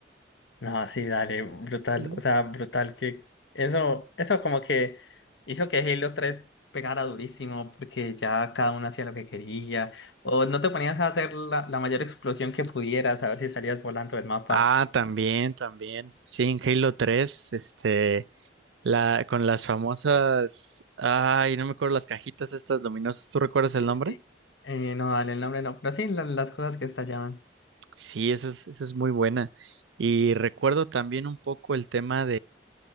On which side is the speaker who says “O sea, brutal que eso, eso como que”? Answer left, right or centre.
Left